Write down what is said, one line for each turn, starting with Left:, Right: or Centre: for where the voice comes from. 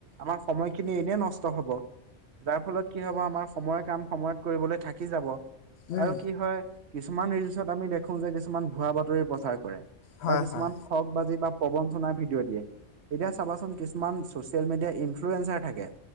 Right: আমাৰ সময়খিনি এনেই নষ্ট হব। যাৰ ফলত কি হব আমাৰ সময়ৰ কাম সময়ত কৰিবলৈ থাকি যাব।
Left: উম,
Right: আৰু কি হয়, কিছুমান ৰিত আমি দেখো যে কিছুমান ভুৱা বাতৰি প্ৰচাৰ কৰে
Left: হয়,
Right: বা কিছুমান।
Left: হয়,
Right: ঠগ বাজি বা প্ৰবঞ্চনাৰ ভিডিঅ' দিয়ে। এতিয়া চাবাচোন কিছুমান ছচিয়েল মিডিয়াৰ ইনফ্লুৱেঞ্চাৰ থাকে।